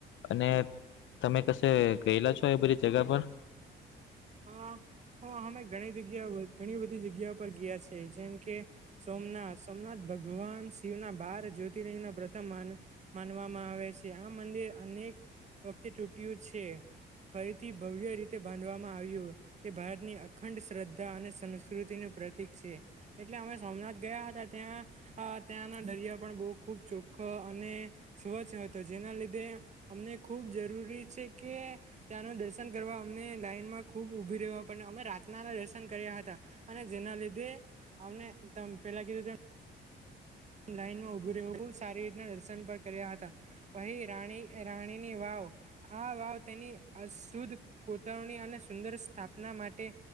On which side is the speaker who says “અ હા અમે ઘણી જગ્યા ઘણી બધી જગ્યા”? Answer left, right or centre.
Right